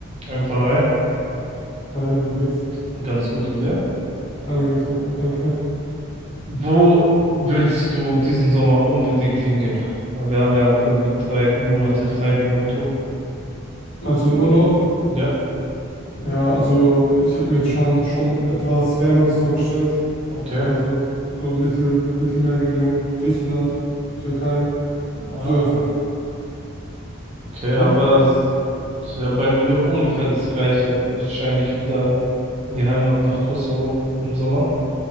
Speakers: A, on the right; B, on the left.
A: Einfach hi
B: Hi, Labi, wie geht's?
A: und ganz gut und dir.
B: Ja, mir geht's auch gut, danke.
A: Wo willst du diesen Sommer unbedingt hingehen? Weil wir haben ja irgendwie drei Monate frei wegen Abitur.
B: Meinst du den Urlaub?
A: Ja,
B: Ja, also ich habe mir das schon, schon etwas Wärmeres vorgestellt.
A: okay.
B: Also so Mittel, Mittelmeerregion, Griechenland, Türkei,
A: Aha.
B: so etwas.
A: Okay,
B: Du?
A: aber es ist ja bei mir ungefähr das Gleiche. Wahrscheinlich wieder in die Heimat nach Kosovo im Sommer.